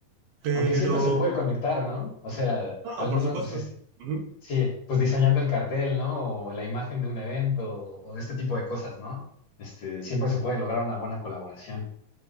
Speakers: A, on the right (about 75°); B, on the left (about 50°).
A: Pero
B: Aunque siempre se puede conectar, ¿no? O sea,
A: no,
B: al
A: por
B: menos,
A: supuesto.
B: pues es-
A: Ujú.
B: sí, pues diseñando el cartel, ¿no? O la imagen de un evento o, o este tipo de cosas, ¿no? Este, siempre se puede lograr una buena colaboración.